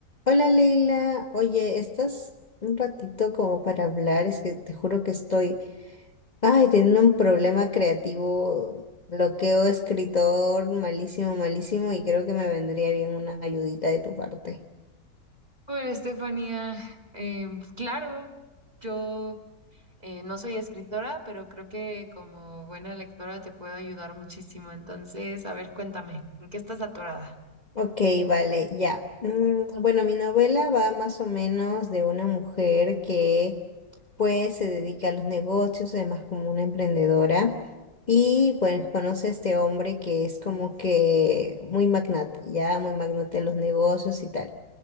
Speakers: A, on the left; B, on the right.
A: Hola Leila, oye, ¿estás un ratito como para hablar? Es que te juro que estoy, ay, teniendo un problema creativo, bloqueo escritor malísimo, malísimo y creo que me vendría bien una ayudita de tu parte.
B: Hola, Estefanía. Em, claro, yo eh, no soy escritora, pero creo que como buena lectora te puedo ayudar muchísimo. Entonces, a ver, cuéntame, ¿en qué estás atorada?
A: Ok, vale, ya. Mm, bueno, mi novela va más o menos de una mujer que pues se dedica a los negocios, además como una emprendedora. Y pues conoce a este hombre que es como que muy magnate, ya muy magnate de los negocios y tal.